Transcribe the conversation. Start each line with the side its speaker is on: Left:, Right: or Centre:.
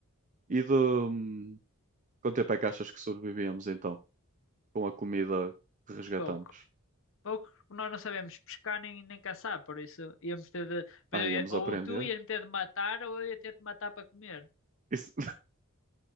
Right: E de... hum, Quanto tempo é que achas que sobrevivíamos então? Com a comida que resgatamos?
Left: Pouco. Pouco, porque nós não sabemos pescar nem, nem caçar, por isso íamos ter de. Pois
Right: Ah,
Left: eu
Right: íamos
Left: ia- ou
Right: aprender.
Left: tu ias me ter de matar, ou eu ia ter de matar para comer.
Right: Isso-